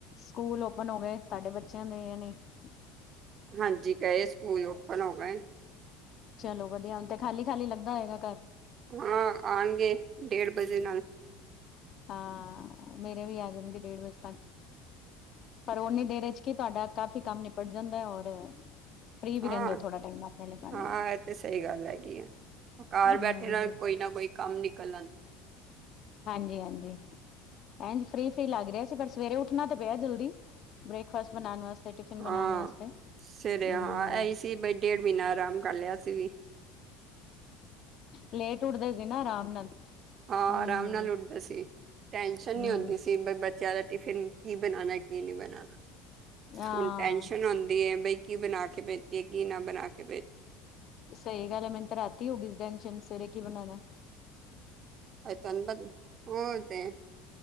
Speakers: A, on the left (about 40°); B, on the right (about 40°).
A: ਸਕੂਲ ਅੋਪਨ ਹੋ ਗਏ ਤੁਹਾਡੇ ਬੱਚਿਆਂ ਦੇ ਯਾ ਨਹੀਂ।
B: ਹਾਂਜੀ ਗਏ ਸਕੂਲ ਅੋ ਅੋਪਨ ਹੋ ਗਏ।
A: ਚਲੋ ਵਧੀਆ ਹੁਣ ਤੇ ਖਾਲੀ ਖਾਲੀ ਲੱਗਦਾ ਹੋਏਗਾ ਘਰ।
B: ਹਾਂ ਆਉਣਗੇ ਡੇਢ ਵਜੇ ਨਾਲ।
A: ਹਾਂ ਮੇਰੇ ਵੀ ਆ ਜਾਣਗੇ ਡੇਢ ਵਜੇ ਤੱਕ ਪਰ ਓਨੀ ਦੇਰ ਵਿਚ। ਕਿ ਤੁਹਾਡਾ ਕਾਫੀ ਕੰਮ ਨਿਪਟ ਜਾਂਦਾ ਹੈ ਔਰ। ਫ੍ਰਰੀ ਵੀ
B: ਹਾਂ,
A: ਰਹਿੰਦੇ ਹੋ ਥੋੜਾ ਟਾਈਮ ਆਪਣੇ ਲਈ ਕਰ
B: ਹਾਂ
A: ਲੈਂਦਾ।
B: ਇਹ ਤੇ ਸਹੀ ਗੱਲ ਹੈਗੀ ਆ। ਘਰ
A: ਹਮ
B: ਬੈਠੇ ਨਾਲ ਕੋਈ ਨਾ ਕੋਈ ਕੰਮ ਨਿਕਲ ਆਂਦਾ।
A: ਹਾਂਜੀ ਹਾਂਜੀ ਇਝ ਫ੍ਰਰੀ ਫਰੀ ਲੱਗ ਰਿਹਾ। ਪਰ ਸਵੇਰੇ ਉੱਠਣਾ ਤਾਂ ਪਿਆ ਜਲਦੀ ਬ੍ਰੇਕਫਾਸਟ ਬਣਾਉਣ ਵਾਸਤੇ। ਤੇ ਟਿਫਿਨ ਬਣਾਉਣ
B: ਹਾਂ।
A: ਵਾਸਤੇ ਹਮ।
B: ਸਵੇਰੇ ਹਾਂ ਇਹੀ ਡੇਢ ਮਹੀਨਾ ਆਰਾਮ ਕਰ ਲਿਆ ਅਸੀ ਵੀ।
A: ਲੇਟ ਉੱਠਦੇ ਸੀ ਨਾ ਆਰਾਮ ਨਾਲ।
B: ਹਾਂ
A: ਹਮ
B: ਆਰਾਮ ਨਾਲ ਉੱਠਦੇ ਸੀ ਟੈਨਸ਼ਨ
A: ਹਮ
B: ਨਹੀਂ ਹੁੰਦੀ ਸੀ। ਕਿ ਬੱਚਿਆਂ ਦਾ ਟਿਫਿਨ ਕੀ ਬਣਾਉਣਾ ਕੀ ਨਹੀਂ ਬਣਾਉਣਾ।
A: ਹਾਂ
B: ਹੁਣ ਟੈਸ਼ਨ ਹੁੰਦੀ ਏ ਬਈ ਕੀ ਬਣਾ ਕੇ ਪੇਜੀਏ ਕੀ ਨਾ ਬਣਾ ਕੇ ਪੇਜੀਏ।
A: ਸਹੀ ਗੱਲ ਏ ਮੈਨੂੰ ਤੇ ਰਾਤੀ ਹੋ ਗਈ ਸੀ ਟੈਂਨਸ਼ਨ ਸਵੇਰੇ ਕੀ ਬਣਾਉਣਾ।
B: ਆਂ ਅਨ ਬਦ ਹੋ ਤੇ <unintelligible>